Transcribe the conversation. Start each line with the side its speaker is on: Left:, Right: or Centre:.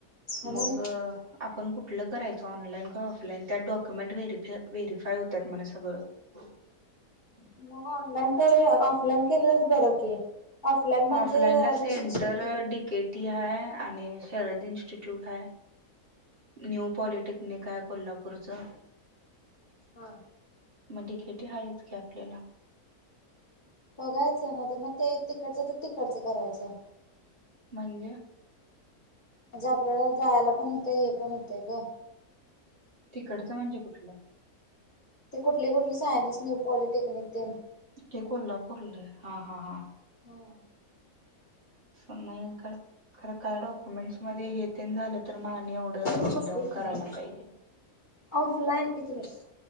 Left: आणि
Right: मगं आपण कुठ. आपलं करायच ऑनलाइन किंवा ऑफलाइन त्यात डॉक्युमेंट व्हेरीफ्या व्हेरीफाय होतात म्हणं सगळं. <inaudible>
Left: मग ऑनलाईन केले ऑफलाईन केलेलंच बरं की. ऑफलाईन म्हणजे
Right: ऑफलाइन ला सेंटर
Left: शिक्षक
Right: डि के टी आहे. आणि शरद इन्स्टिट्यूट आहे. न्यू पॉलिटेक्निक आहे कोल्हापूरचं.
Left: हा.
Right: मगं डि के टी आहे की आपल्याला.
Left: बघायचं नाही तर मगं ते तिकडचं तरं तिकडचं करायचं.
Right: म्हणजे.
Left: म्हणजे आपल्याला जायला पण होतं हे पण होतं गं.
Right: इकडचं म्हणजे कुठलं.
Left: ते कुठली कुठली सायन्स न्यू पॉलिटेक्निक ते.
Right: हे कोल्हापूरला आहे हा हा हा.
Left: हो.
Right: नाही खरं काय डॉक्युमेंट्स मध्ये हे तेन झाले तरं मगं आ- एवढं
Left: पण
Right: अपडाऊन
Left: बसलेच ना
Right: करायलां पाहिजे.
Left: ऑफलाईन इथं बसं.